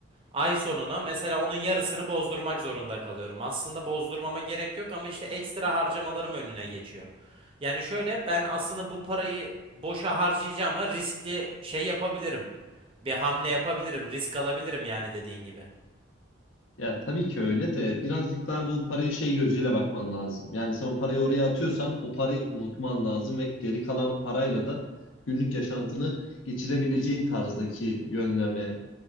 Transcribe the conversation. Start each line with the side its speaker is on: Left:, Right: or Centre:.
Right: Ay sonuna mesela onun yarısını bozdurmak zorunda kalıyorum. Aslında bozdurmama gerek yok ama işte ekstra harcamalarım önüne geçiyor. Yani şöyle ben aslında bu parayı boşa harcayacağım ama riskli şey yapabilirim. Bir hamle yapabilirim, risk alabilirim yani dediğin gibi.
Left: Ya tabii ki öyle de birazcık daha bu parayı şey gözüyle bakman lazım. Yani sen o parayı oraya atıyorsan o parayı unutman lazım ve geri kalan parayla da günlük yaşantını geçirebileceğin tarzdaki yönleme